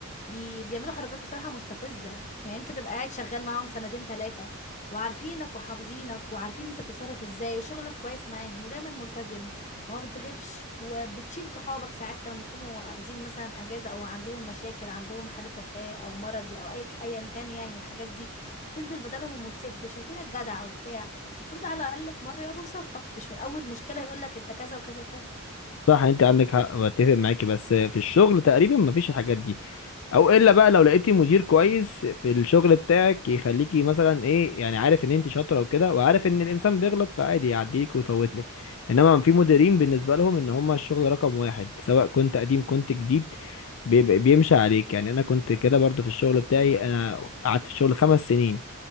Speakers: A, on the left; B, on the left.
A: بي... بيعملوا حركات بصراحة مستفزة يعني انت تبقى قاعد شغال معاهم سنتين تلاتة وعارفينك وحافظينك وعارفين انت بتتصرف ازاي وشغلك كويس معاهم ودايما ملتزم وما بتغيبش وبتشيل صحابك ساعات لما بيكونوا اخذين مثلا اجازة او عندهم مشاكل عندهم حالة وفاة او مرضي او اي ايا كان يعني من الحاجات دي بتنزل بدلهم وتسد وشايفينك جدع وبتاع المفروض على الاقل في مرة يقفوا في صفك مش من اول مشكلة يقولك انت كذا وكذا وكذا
B: صح انت عندك حق بتفق معاكي بس في الشغل تقريبا ما فيش الحاجات دي او الا بقى لو لقيتي مدير كويس في الشغل بتاعك يخليكي مثلا ايه يعني عارف ان انت شاطره وكده وعارف ان الانسان بيغلط فعادي يعديك ويفوتلك انما في مديرين بالنسبه لهم ان هم الشغل رقم واحد سواء كنت قديم كنت جديد بيبقى- بيمشي عليك يعني انا كنت كده برضو في الشغل بتاعي انا قعدت في الشغل خمس سنين